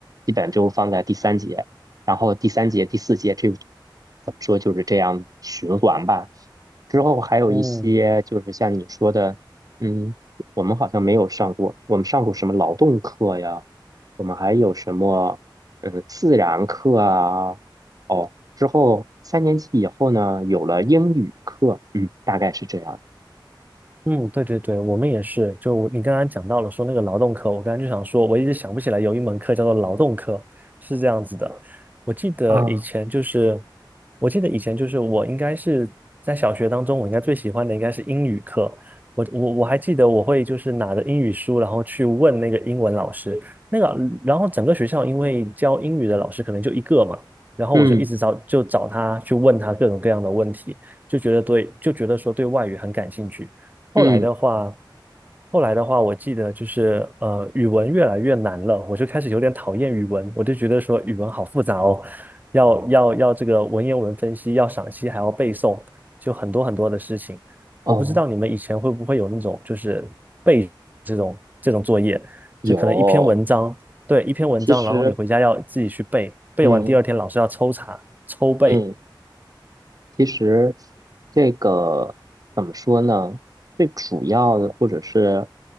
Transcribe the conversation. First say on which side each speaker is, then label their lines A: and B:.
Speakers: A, on the right; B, on the right.
A: 基本就放在第三节，然后第三节、第四节这怎么说就是这样循环吧。之后还有一些就是像你说的，
B: 嗯
A: 嗯，我们好像没有上过，我们上过什么劳动课呀？我们还有什么，嗯，自然课啊？哦，之后三年级以后呢，有了英语课，嗯，大概是这样。
B: 嗯，对对对，我们也是。就我你刚刚讲到了说那个劳动课，我刚刚就想说，我一直想不起来有一门课叫做劳动课，是这样子的。我记得以前就是，
A: 啊，
B: 我记得以前就是我应该是在小学当中，我应该最喜欢的应该是英语课。我我我还记得我会就是拿着英语书，然后去问那个英文老师，那个然后整个学校因为教英语的老师可能就一个嘛，然后我就一直找就找他去问他各种各样的问题，
A: 嗯
B: 就觉得对就觉得说对外语很感兴趣。后来的话，
A: 嗯，
B: 后来的话，我记得就是呃，语文越来越难了，我就开始有点讨厌语文，我就觉得说语文好复杂哦，要要要这个文言文分析，要赏析，还要背诵，就很多很多的事情。
A: 哦，
B: 我不知道你们以前会不会有那种就是背这种这种作业，
A: 有，
B: 就可能一篇文章，对，一篇文章，
A: 其实，
B: 然后你回家要自己去背，背完第二天老师要抽查抽背，
A: 嗯嗯。其实这个怎么说呢？最主要的，或者是